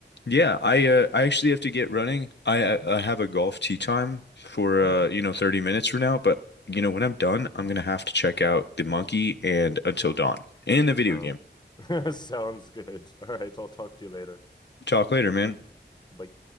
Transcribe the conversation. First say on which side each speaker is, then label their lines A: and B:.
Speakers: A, on the left (about 70°); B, on the left (about 25°).
A: Yeah, I uh, I actually have to get running. I uh, I have a golf tee time for
B: All
A: uh
B: right,
A: you know 30 minutes from now, but you know when I'm done, I'm gonna have to check out The Monkey and Until Dawn and the
B: sound
A: video game.
B: <laughs> sounds good. All right, I'll talk to you later.
A: Talk later, man.
B: Bye.